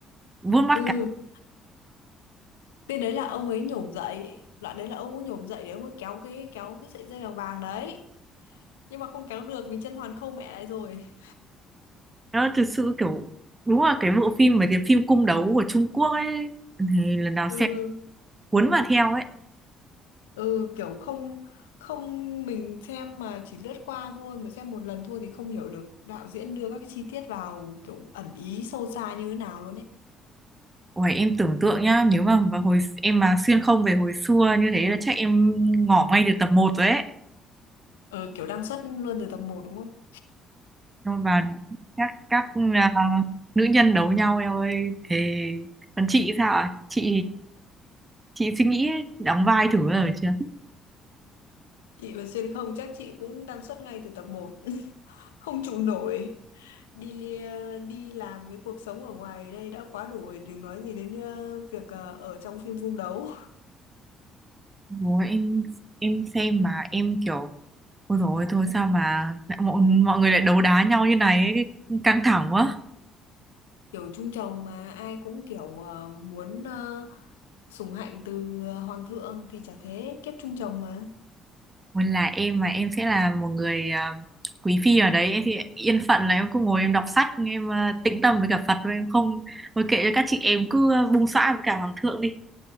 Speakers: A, on the right (about 20°); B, on the left (about 75°).
A: vuốt mắt
B: Ừ. Cái đấy là ông ấy nhổm dậy, đoạn đấy là ông ấy nhổm dậy để ông ấy kéo cái kéo cái sợi dây vàng vàng đấy. Nhưng mà không kéo được vì chân hoàn khâu mẹ lại rồi.
A: đó thực sự kiểu đúng là cái bộ phim mấy cái phim cung đấu của Trung Quốc ấy thì lần nào
B: Ừ,
A: xem cuốn vào theo ấy
B: ừ kiểu không không mình xem mà chỉ lướt qua thôi mà xem một lần thôi thì không hiểu được đạo diễn đưa các cái chi tiết vào kiểu ẩn ý sâu xa như thế nào luôn ấy.
A: Ủa, em tưởng tượng nhá nếu mà vào hồi em mà xuyên không về hồi xưa như thế là chắc em ngỏ ngay được tập một rồi ấy
B: Ờ kiểu đang xuất luôn từ tập một đúng không?
A: Xong và các các à, nữ nhân đấu nhau em ơi thế còn chị sao ạ chị chị suy nghĩ đóng vai thử rồi chưa?
B: Chị mà xuyên không chắc chị cũng đang suốt ngay từ tập một <laughs> Không trụ nổi Đi ờ, đi làm với cuộc sống ở ngoài đây đã quá đủ rồi Đừng nói gì đến ờ, việc ờ, ở trong phim cung đấu
A: Ủa, em em xem mà em kiểu ôi rồi thôi sao mà lại mọi, mọi người lại đấu đá nhau như này ấy, cái- căng thẳng quá
B: Kiểu trung trầu mà ai cũng kiểu ờ, muốn ờ, sủng hạnh từ ờ, hoàng thượng Thì chả thế, kiếp trung trầu mà
A: Còn là em mà em sẽ là một người à, quý phi ở đấy em thì yên phận là em cứ ngồi em đọc sách em à, tĩnh tâm với cả Phật và em không thôi kệ cho các chị em cứ à, bung xõa với cả hoàng thượng đi